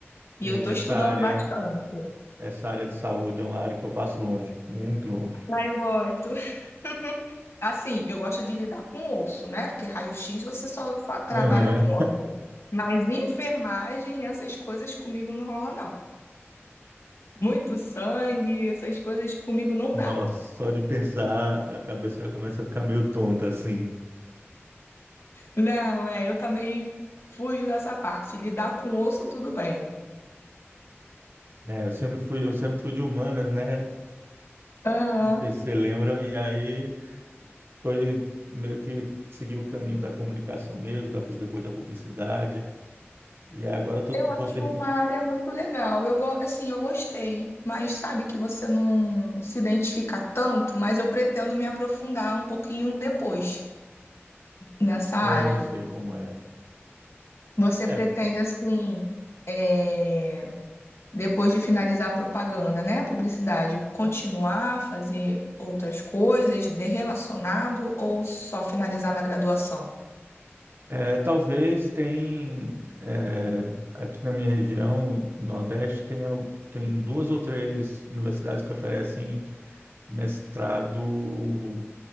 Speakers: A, on the left; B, on the right.
A: E
B: É,
A: eu tô estudando
B: essa área,
A: bastante.
B: essa área de saúde é uma área que eu passo longe, muito longe.
A: Ah, eu gosto. <laughs> Assim, eu gosto de lidar com osso, né? Porque raio-x você só fa- trabalha
B: Aham.
A: com osso. Mas enfermagem, essas coisas comigo não rola, não. Muito sangue, essas coisas comigo
B: <laughs>
A: não dá.
B: Nossa, só de pensar, a cabeça começa a ficar meio tonta assim.
A: Não, é, eu também fujo dessa parte. Lidar com osso, tudo bem.
B: né? eu sempre fui, eu sempre fui de humanas, né?
A: Aham.
B: Não sei se você lembra. E aí Foi meio que seguir o caminho da comunicação mesmo, da- depois da publicidade. E agora eu tô-
A: Eu acho
B: vou ter.
A: uma área muito legal. Eu, go- assim, eu gostei, mas sabe que você não se identifica tanto, mas eu pretendo me aprofundar um pouquinho depois nessa
B: É,
A: área.
B: eu sei como é.
A: Você
B: É,
A: pretende, assim, é, depois de finalizar a propaganda, né, publicidade, continuar a fazer outras coisas de relacionado ou só finalizar na graduação?
B: é, talvez tem. é, aqui na minha região, Nordeste, tem, al- tem duas ou três universidades que oferecem mestrado